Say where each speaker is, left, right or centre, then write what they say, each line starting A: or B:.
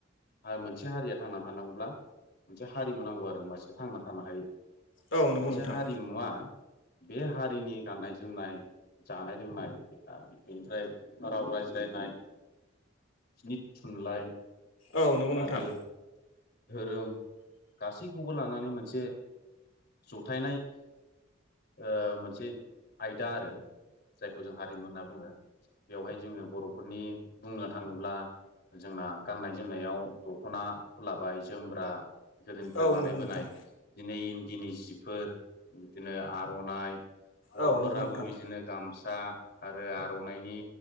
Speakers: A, on the left; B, on the left.
A: आ मोनसे हारिया थांना थानांगौब्ला मोनसे हारिमु नांगौ आरो होमबासो थांना थानो हायो।
B: औ नंगौ
A: मोनसे
B: नोंथां
A: हारिमुवा बे हारिनि गाननाय जोमनाय जानाय लोंनाय <unintelligible> बेनिफ्राय राव रायज्लायनाय <unintelligible> नि थुनलाइ
B: औ नंगौ नोंथां।
A: आरो धोरोम गासैखौबो लानानै मोनसे जथायनाय ओ मोनसे आयदा आरो जायखौ जों हारिमु होनना बुङो। बेवहाय जोङो बर'फोरनि बुंनो थाङोब्ला जोंना गाननाय जोमनायाव दख'ना लाबाय जोमग्रा गोदोनिफ्राय
B: औ
A: बानाय
B: नंगौ
A: बोनाय
B: नोंथां
A: दिनै इन्दिनि जिफोर बिदिनो आर'नाइ हौवाफोराबो
B: औ नंगौ नोंथां औ नंगौ नोंथां
A: बिदिनो गामसा आरो आर'नाइनि